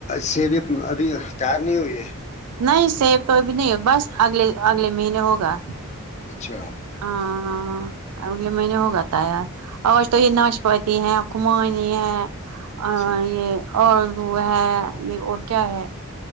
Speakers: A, on the left (about 30°); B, on the right (about 90°).
A: سے بھی ابھی تیار نہیں ہوئی ہے
B: نہیں سیب کو بھی نہیں ہو بس اگلے اگلے مہینے ہوگا
A: اچھا
B: ہ <unintelligible> اگلے مہینے ہوگا تھا یار اور تو یہ ناشپتی ہے کمانی ہے
A: اچھا
B: آ یہ اور وہ ہے یہ اور کیا ہے